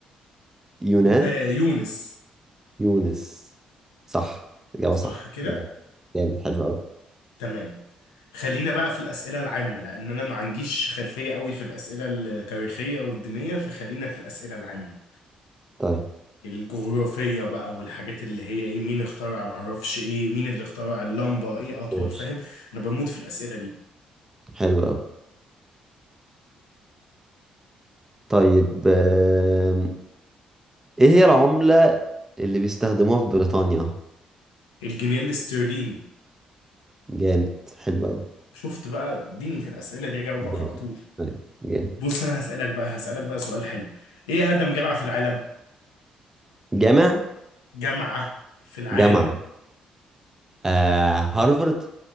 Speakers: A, on the right (about 15°); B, on the left (about 75°).
A: يونان
B: آه يونس
A: يونس صح إجابة
B: صح
A: صح
B: كده
A: جامد حلو قوي
B: تمام خلينا بقى في الأسئلة العامة لأن أنا ما عنديش خلفية قوي في الأسئلة التاريخية والدينية فخلينا في الأسئلة العامة
A: طيب
B: الجغرافية بقى والحاجات اللي هي إيه مين اخترع معرفش إيه مين اللي اخترع اللمبة إيه أطول
A: ماشي
B: فاهم أنا بموت في الأسئلة دي
A: حلو قوي طيب آم، ايه هي العملة اللي بيستخدموها في بريطانيا
B: الجنيه الاسترليني
A: جامد حلو قوي
B: شفت بقى اديني في الأسئلة دي أجاوبك
A: جامد
B: على طول
A: طيب، جامد
B: بص أنا هسألك بقى هسألك بقى سؤال حلو إيه أقدم جامعة في العالم؟
A: جامع
B: جامعة في العالم
A: جامعة آه هارفارد